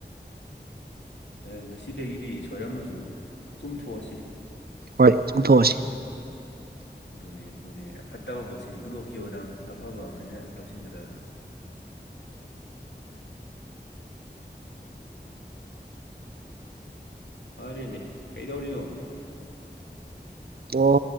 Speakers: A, on the left; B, on the right.
A: ꯑꯁ ꯑꯦ ꯉꯁꯤꯗꯒꯤꯗꯤ ꯁꯣꯏꯔꯝꯃꯁꯨ ꯆꯨꯝꯊꯣꯛꯑꯁꯤ
B: ꯍꯣꯏ ꯆꯨꯝꯊꯣꯛꯑꯁꯤ
A: ꯑꯗꯨꯅꯦ ꯑꯗꯨꯅꯦ ꯐꯠꯇꯕ ꯄꯣꯠꯁꯤꯗꯤ ꯍꯨꯟꯗꯣꯛꯈꯤꯕꯗꯝ ꯑꯐꯕ ꯑꯣꯏꯅ ꯇꯧꯁꯤꯟꯒꯗꯕꯅꯦ ꯐꯔꯦꯅꯦ ꯀꯩꯗꯧꯔꯤꯅꯣ
B: ꯑꯣ